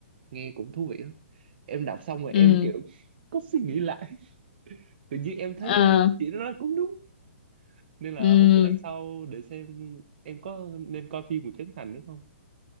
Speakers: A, on the right (about 50°); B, on the left (about 45°).
A: nghe cũng thú vị lắm em đọc xong rồi
B: ừ,
A: em kiểu có suy nghĩ lại <laughs> tự nhiên em thấy
B: ờ,
A: ờ, chị nó nói cũng đúng nên là
B: ừ.
A: không biết lần sau để xem em có nên coi phim của Trấn Thành nữa không